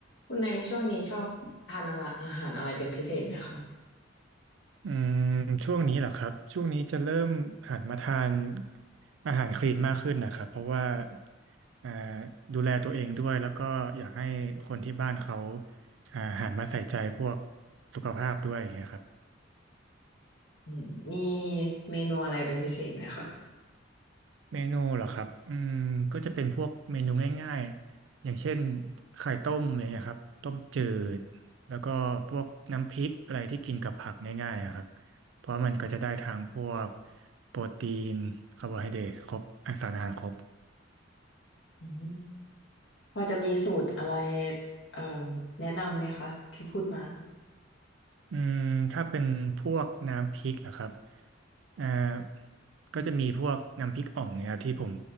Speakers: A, on the left; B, on the right.
A: คุณในช่วงนี้ชอบทานอะไรอาหารอะไรเป็นพิเศษไหมคะ
B: อืมช่วงนี้เหรอครับ ช่วงนี้จะเริ่มหันมาทานอาหารคลีนมากขึ้นนะครับ เพราะว่าอ่าดูแลตัวเองด้วยแล้วก็อยากให้คนที่บ้านเขาอ่าหันมาใส่ใจพวกสุขภาพด้วยอย่างเงี้ยครับ
A: อืมมีเมนูอะไรเป็นพิเศษไหมคะ
B: เมนูเหรอครับอืมก็จะเป็นพวกเมนูง่ายๆ อย่างเช่นไข่ต้มอะไรเงี้ยครับ ต้มจืดแล้วก็พวกน้ำพริกอะไรที่กินกับผักง่ายๆอะครับเพราะมันก็จะได้ทางพวกโปรตีนคาร์โบไฮเดรตครบอ่ะสารอาหารครบ
A: อืม พอจะมีสูตรอะไรเอ่อแนะนำไหมคะที่พูดมา
B: อืมถ้าเป็นพวกน้ำพริกเหรอครับอ่าก็จะมีพวกน้ำพริกอ่องเนี่ยครับที่ผม